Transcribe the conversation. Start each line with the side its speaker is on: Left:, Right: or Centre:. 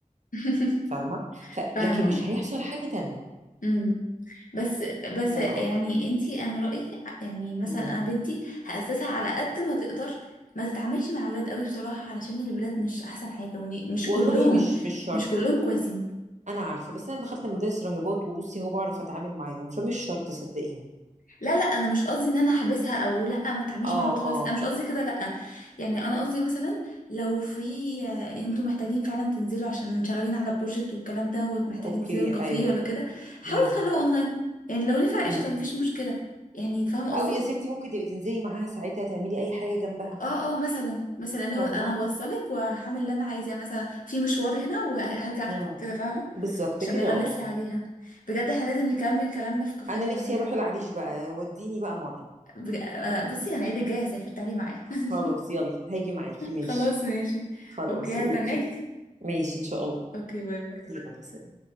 Left: <laughs>
Right: فاهمة ف...
Left: فاهمة
Right: لكن مش
Left: اه.
Right: هيحصل حاجة تانية
Left: امم بس بس
Right: اه
Left: يعني انت انا رأيي يعني مثلا
Right: مم.
Left: انا بنتي هأسسها على قد ما تقدر ما تتعاملش مع اولاد قوي بصراحة علشان الولاد مش احسن حاجة ومش
Right: والله
Left: كلهم
Right: مش مش شرط
Left: مش كلهم كويسين
Right: أنا عارفة بس أنا دخلت مدارس راهبات وبصي هو بعرف أتعامل معاهم فمش شرط صدقيني
Left: لا لا انا مش قصدي ان انا هحبسها او لا ما تعملش
Right: اه
Left: مع الولاد خالص
Right: اه
Left: انا مش قصدي كده لا يعني انا قصدي مثلا لو في آه، انتوا محتاجين فعلا تنزلوا عشان شغالين على بروجكت والكلام ده ومحتاجين
Right: اوكي
Left: تنزلوا كافيه
Right: ايوه
Left: ولا كده حاولوا
Right: مم.
Left: تخلوها اونلاين يعني لو نفع قشطه
Right: مم.
Left: مفيش مشكله يعني فاهمه قصدي
Right: او يا ستي ممكن تبقي تنزلي معاها ساعتها تعملي اي حاجه جنبها
Left: اه اه مثلا مثلا اللي هو
Right: فاهمه
Left: انا هوصلك وهعمل اللي انا عايزاه مثلا في مشوار هنا وهرجع
Right: مم.
Left: أخت- كده فاهمه
Right: بالظبط
Left: عشان
Right: كده
Left: ما يغلسش
Right: اه
Left: عليها بجد احنا لازم نكمل كلامنا في كافيه
Right: انا
Left: ولا
Right: نفسي
Left: حاجه
Right: اروح العريش بقى وديني بقى مرة
Left: بج... آه، بصي انا العيد الجاي هسافر تعالي معايا
Right: خلاص
Left: <laughs>
Right: يلا هاجي معاكي ماشي
Left: خلاص ماشي
Right: خلاص
Left: اوكي
Right: اوكي
Left: هستناكي
Right: ماشي ان شاء الله
Left: اوكي باي باي
Right: يلا سلام